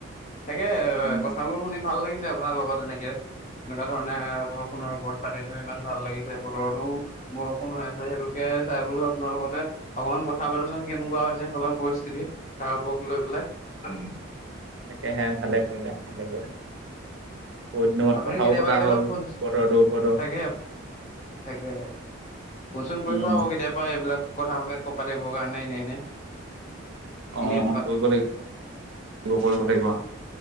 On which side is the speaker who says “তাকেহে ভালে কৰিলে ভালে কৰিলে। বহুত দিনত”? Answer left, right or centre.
Right